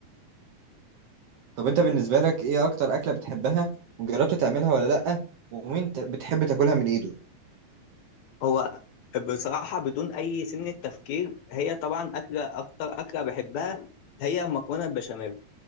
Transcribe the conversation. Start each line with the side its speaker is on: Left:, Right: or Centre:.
Right: طب انت بالنسبه لك ايه اكتر اكله بتحبها وجربت تعملها ولا لا ومين ت- بتحب تاكلها من ايده
Left: هو بصراحة بدون أي سن تفكير هي طبعا أكلة أكتر أكلة بحبها هي المكرونة البشاميل